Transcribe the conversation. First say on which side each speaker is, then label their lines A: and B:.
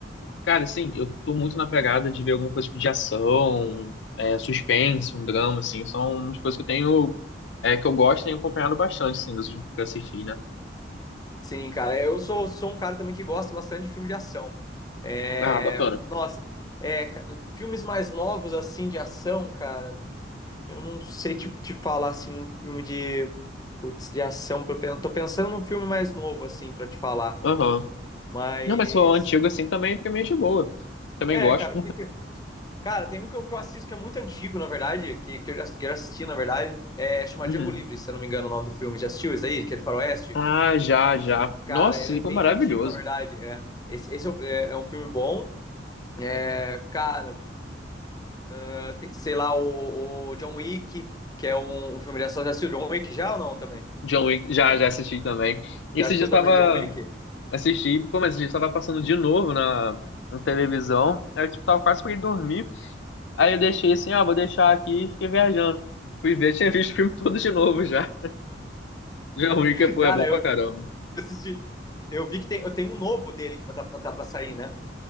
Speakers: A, on the left; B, on the left.
A: cara, assim, eu tô muito na pegada de ver alguma coisa tipo de ação, é, suspense, um drama, assim, são umas coisas que eu tenho, é, que eu gosto e tenho acompanhado bastante, assim, dos últimos que eu assisti, né?
B: Sim, cara, eu sou, sou um cara também que gosta bastante de filme de ação. É,
A: Ah, bacana.
B: nossa, é, ca- filmes mais novos, assim, de ação, cara, eu não sei te, te falar, assim, um filme de, putz, de ação. pra eu pen- Tô pensando num filme mais novo, assim, pra te falar.
A: Aham.
B: Mas,
A: Não, mas sou antigo, assim, também, pra mim é de boa. Também
B: é,
A: gosto.
B: cara, o que que- Cara, tem um que eu, que eu assisto que é muito antigo, na verdade, que, que, eu já, que eu já assisti, na verdade. É chamado
A: Uhum.
B: Django Livre, se eu não me engano o nome do filme. Já assistiu isso aí? Que é de faroeste?
A: Ah, já, já.
B: Cara,
A: Nossa,
B: ele
A: esse livro
B: é bem
A: é maravilhoso.
B: antigo, na verdade. É. Esse, esse é, um é- é um filme bom. É, cara, é, tem, sei lá, o, o John Wick, que é um, um filme de ação. Já assistiu John Wick já ou não também?
A: John Wick, já, já assisti também. E
B: Já
A: Esse
B: assistiu
A: dia eu tava.
B: também John Wick?
A: Assisti, pô, mas eu tava passando de novo na, na televisão. Aí eu tipo, tava quase pra ir dormir. Aí eu deixei assim, ah, vou deixar aqui e fiquei viajando. Fui ver, <laughs> tinha visto o filme todo de novo já. Já é ruim
B: <laughs>
A: que pô,
B: Cara,
A: é bom
B: eu
A: pra caramba.
B: assisti. Eu vi que tem, eu tenho um novo dele que vai estar tá, tá pra sair, né?